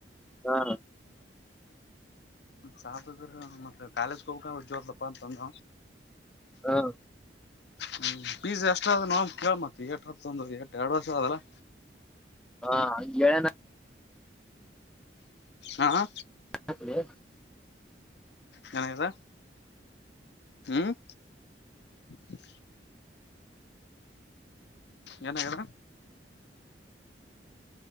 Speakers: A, in the centre; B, on the left.
A: ಹಾ
B: ಸಾಪದ್ರರು ಮತ್ತ ಕಾಲೇಜ್ಗೆ ಹೋಗ ಉಜ್ವರ್ತಪ್ಪ ಅಂತಂದ
A: ಹಾ
B: ಹ್ಮ್ ಬೀಜ ಎಷ್ಟ ಅದ ನ ಕೇಳ ಮತ್ತತ್ ಎಏಟ್ರ ತೊಂದ್ರ ಎಷ್ಟ ಎರಡ್ ವರ್ಷದ ಅದಲ್ಲಾ
A: ಹಾ ಹೇಳ
B: ಹಾ
A: ಹತ್
B: ನನದ ಹ್ಮ್ <unintelligible> ಏನಾಗಾರ <unintelligible>